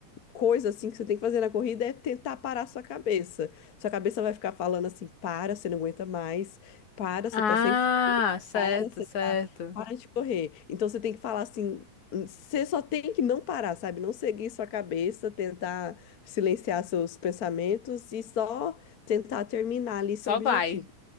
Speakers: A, on the left; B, on the left.
A: coisa assim que você tem que fazer na corrida é tentar parar sua cabeça. Sua cabeça vai ficar falando assim: para, você não aguenta mais, para,
B: Ah,
A: você tá sem fome,
B: certo,
A: para.
B: certo.
A: Para de correr. Então você tem que falar assim, você só tem que não parar, sabe? Não seguir sua cabeça, tentar silenciar seus pensamentos e só tentar terminar ali
B: Só
A: seu objetivo.
B: vai.